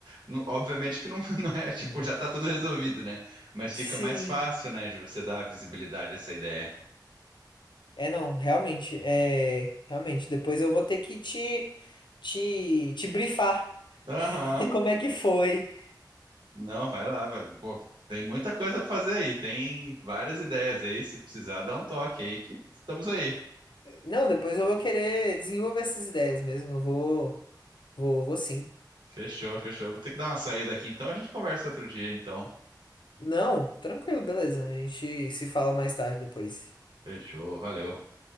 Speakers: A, on the right; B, on the left.
A: no- Obviamente que não, <laughs> não é tipo,
B: Uhum.
A: já tá tudo resolvido, né? Mas fica
B: Sim.
A: mais fácil, né, de você dar visibilidade a essa ideia.
B: É, não, realmente, é, realmente, depois eu vou ter que te, te, te brifar
A: Aham.
B: <laughs> como é que foi.
A: Não, vai lá, vai. Pô, tem muita coisa pra fazer aí. Tem várias ideias aí. Se precisar, dá um toque aí que estamos aí.
B: Não, depois eu vou querer desenvolver essas ideias mesmo, eu vou, vou, vou sim.
A: Fechou, fechou. Vou ter que dar uma saída aqui então. A gente conversa outro dia então.
B: Não, tranquilo, beleza, a gente se fala mais tarde depois.
A: Fechou, valeu.